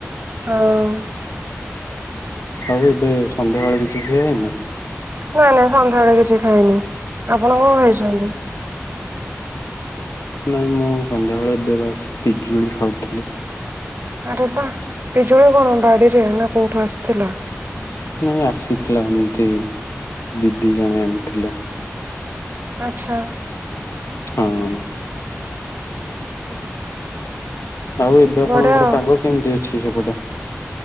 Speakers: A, on the right (about 50°); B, on the left (about 80°).
A: ହଁ।
B: ଆଉ ଏବେ ସନ୍ଧ୍ୟାବେଳେ କିଛି ଖିଆ ହେଇନି?
A: ନାଁ ନାଁ ସନ୍ଧ୍ୟାବେଳେ କିଛି ଖାଇନି ଆପଣ କଣ ଖାଇଛନ୍ତି?
B: ନାଇଁ ମୁଁ ସନ୍ଧ୍ୟାବେଳେ ଏବେ ବାସ୍ ପିଜୁଳି ଖାଉଥିଲି।
A: ଆରେ ବା ପିଜୁଳି କଣ ବାଡିରେ ନା କୋଉଠୁ ଆସିଥିଲା?
B: ନାଇଁ ଆସିଥିଲା ଏମିତି ଦିଦି ଜଣେ ଆଣିଥିଲା।
A: ଆଚ୍ଛା।
B: ହଁ। ଆଉ ଏବେ ଆପଣଙ୍କର
A: ବଢିଆ
B: ପାଗ କେମିତି ଅଛି ସେପଟେ?